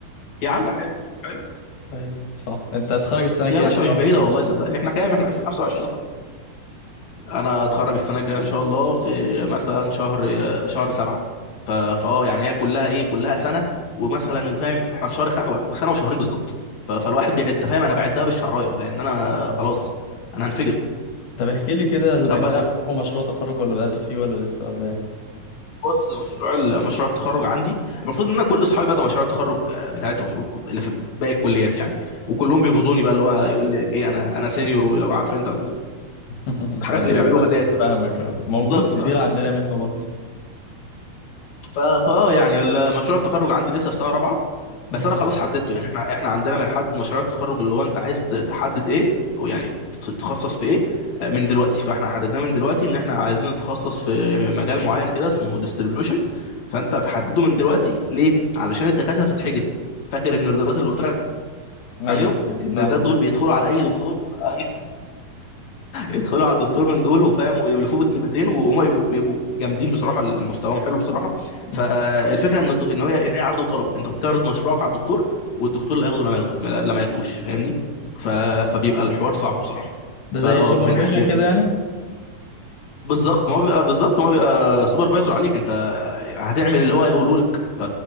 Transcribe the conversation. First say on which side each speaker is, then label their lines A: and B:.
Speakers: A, on the left; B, on the left.
A: يا عم حلو حلو
B: ايوه صح انت هتخرج السنة الجاية
A: يا باشا
B: ان
A: مش
B: شاء
A: بعيده
B: الله
A: والله صدقني احنا كام احنا 20 25 خلاص انا اتخرج السنه الجايه ان شاء الله في مثلا شهر شهر سبعة ف- فاه يعني هي كلها ايه كلها سنه ومثلا وكام احنا في شهر خم... سنه وشهرين بالظبط ف- فالواحد بيعد فاهم انا بعدها بالشعرايه لان انا
B: آه.
A: خلاص انا هنفجر
B: طب احكي لي كده ال-
A: طب
B: اكيد عندكم مشروع تخرج ولا بدأتوا فيه ولا لسه ولا ايه
A: بص مشروع ال- مشروع التخرج عندي المفروض ان انا كل اصحابي بدأوا مشاريع التخرج آه، بتاعتهم اللي في باقي الكليات يعني وكلهم بيغزوني بقى اللي هو يقول لي ايه انا انا سينيور ولو عارف انت
B: <laughs>
A: الحاجات
B: ايوه
A: اللي بيعملوها
B: فا-
A: ديت بقى
B: فاهمك اه موجود
A: بالظبط
B: كتير
A: ف... <laughs>
B: عندنا منه برضه
A: ف- فاه يعني ال- مشروع التخرج عندي لسه في سنه رابعه بس
B: مم.
A: انا خلاص حددته يعني احنا احنا عندنا بنحدد مشاريع التخرج اللي هو انت عايز ت- تحدد ايه او يعني تت- تتخصص في ايه آه، من دلوقتي فاحنا حددناه من دلوقتي ان احنا عايزين نتخصص في مجال معين كده اسمه ديستريبيوشن فانت بحدده من دلوقتي ليه علشان الدكاتره بتتحجز فاكر النردات اللي قلت لك
B: ايوه
A: عليهم
B: ايوه
A: النردات
B: فاهمك
A: دول بيدخلوا على اي دكتور مثلا <laughs> يدخلوا على الدكتور من دول وفاهم ويبلفوه بالكلمتين وهما بيبقوا بيبقوا جامدين بصراحه مستواهم حلو بصراحه فالفكره
B: مم.
A: ان الد- ان هي ان هي عرض وطلب انت بتعرض مشروعك على الدكتور والدكتور لا ياخده لما ياخده لا ما ياخدوش فاهمني ف...
B: اه
A: فبيبقى الحوار صعب بصراحه
B: ده
A: فاه
B: زي سوبرفيجن
A: بنح... ب... ب-
B: كده يعني
A: بالظبط ما هو بيبقى بالظبط ما هو بيبقى سوبرفايزر عليك انت هتعمل اللي هو هيقوله لك ف...